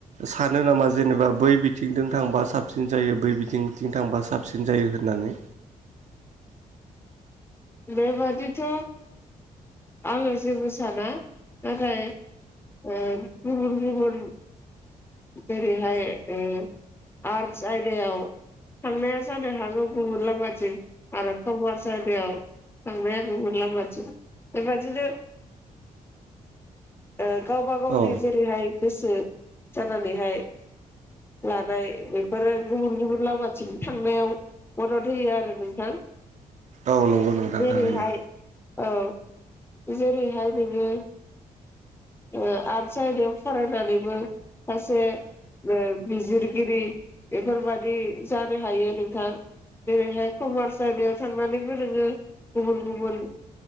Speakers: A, on the right; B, on the left.
A: सानो नामा जेनेबा बै बिथिंजों थांबा साबसिन जायो बै बिथिंथिं थांबा साबसिन जायो होननानै?
B: बेबादिथ' आङो जेबो साना नाथाय ओ गुबुन गुबुन जेरैहाय ओ आर्टस आयदायाव थांनाया जानो हागौ गुबुन लामा जों आरो कमार्स आयदायाव थांनाया गुबुन लामाथिं बेबादिनो ओ गावबा गावनि
A: औ
B: जेरैहाय गोसो जानानैहाय लानाय बेफोरो गुबुन गुबुन लामाथिं थांनायाव मदद होयो आरो नोंथां
A: औ नंगौ नोंथां
B: जेरैहाय
A: थारैनो
B: औ जेरैहाय बेनो ओ आर्टस आयदायाव फरायनानैबो माखासे ओ बिजिरगिरि बेफोरबादि जानो हायो नोंथां। जेरैहाय कमार्स आयदायाव थांनानैबो नोङो गुबुन गुबुन